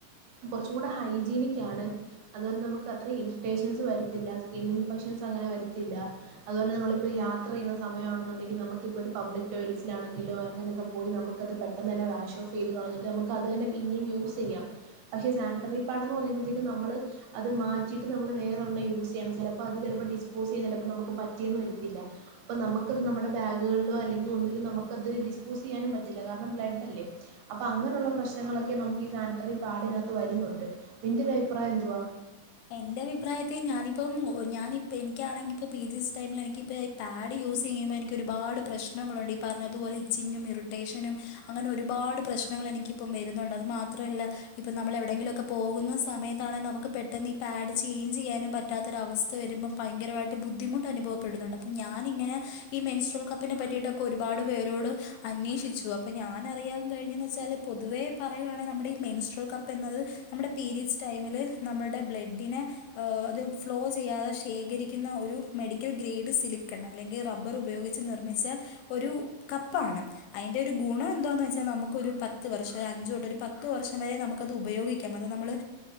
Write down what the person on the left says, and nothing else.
എന്റെ അഭിപ്രായത്തി ഞാനിപ്പം ഒ ഞാനിപ്പ എനിക്കാണെങ്കി ഇപ്പോ പിരീഡ്സ് ടൈമിലെനിക്കിപ്പ പാഡ് യൂസെയ്യുമ്പോ എനിക്ക് ഒരുപാട് പ്രശ്നങ്ങളുണ്ട് ഈ പറഞ്ഞതുപോലെ ഇച്ചിങ്ങും ഇറിറ്റേഷനും അങ്ങനെ ഒരുപാട് പ്രശ്നങ്ങൾ എനിക്കിപ്പം വരുന്നുണ്ട് അത് മാത്രമല്ല ഇപ്പൊ നമ്മള് എവിടെങ്കിലൊക്കെ പോകുന്ന സമയത്താണെ നമുക്ക് പെട്ടെന്ന് ഈ പാഡ് ചേയ്ഞ്ചെയ്യാനും പറ്റാത്തൊരവസ്ഥ വരുമ്പം ഭയങ്കരായിട്ട് ബുദ്ധിമുട്ട് അനുഭവപ്പെടുന്നുണ്ട് അപ്പം ഞാനിങ്ങനെ ഈ മെൻസ്ട്രോൾ കപ്പിനെ പറ്റിയിട്ടൊക്കെ ഒരുപാട് പേരോട് അന്വേഷിച്ചു അപ്പോ ഞാനറിയാൻ കഴിഞ്ഞെന്ന് വെച്ചാല് പൊതുവേ പറയുവാണെ നമ്മടെ ഈ മെനുസ്ട്രൽ കപ്പ് എന്നത് നമ്മുടെ പീരീഡ്സ് ടൈമില് നമ്മുടെ ബ്ല ഡിനെ ഏ അത് ഫ്ലോ ചെയ്യാതെ ശേഖരിക്ക്ന്ന ഒരു മെഡിക്കൽ ഗ്രേഡ് സിലിക്കണ് അല്ലെങ്കി റബ്ബറ് ഉപയോഗി ച്ച് നിർമ്മിച്ച ഒരു കപ്പാണ്. അയ്ന്റോരു ഗുണം എന്താന്ന് വെച്ചാ നമുക്കൊരു പത്ത് വർഷം ഒരു അഞ്ച് തൊട്ട് ഒരു പത്ത് വർഷം വരെ നമുക്കത് ഉപയോഗി ക്കാം അത് നമ്മള്